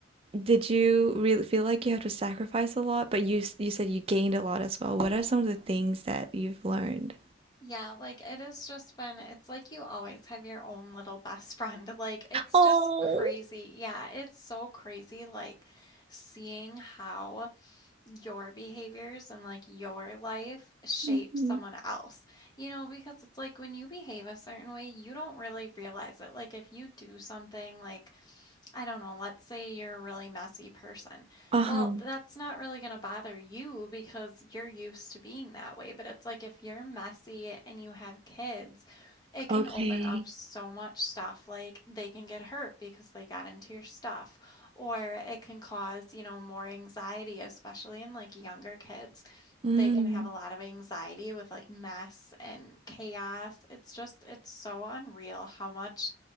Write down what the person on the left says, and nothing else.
Yeah, like it has just been, it's like you always have your own little best <laughs> friend. Like it's
just crazy. Yeah, it's so crazy, like seeing how. your behaviors and like your life shape
someone else. You know, because it's like when you behave a certain way, you don't really realize it. Like if you do something like I don't know, let's say you're a really messy person.
Well, that's not really going to bother you because you're used to being that way. But it's like if you're messy and you have kids, it
can open up so much stuff. Like they can get hurt because they got into your stuff. Or it can cause, you know, more anxiety, especially in like younger kids.
They can have a lot of anxiety with like mess and chaos. It's just, it's so unreal how much